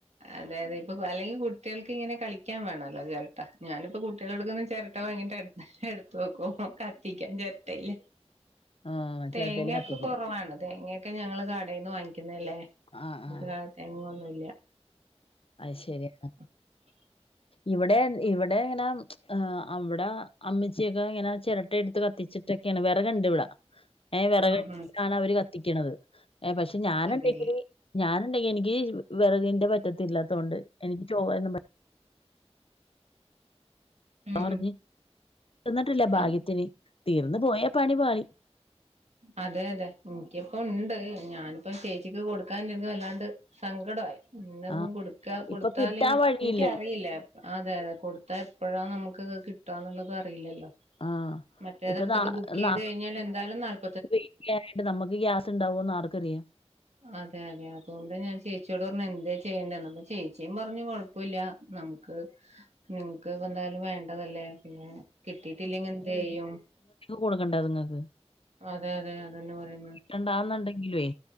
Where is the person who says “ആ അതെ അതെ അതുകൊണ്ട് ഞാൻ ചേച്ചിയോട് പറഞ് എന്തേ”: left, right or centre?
Right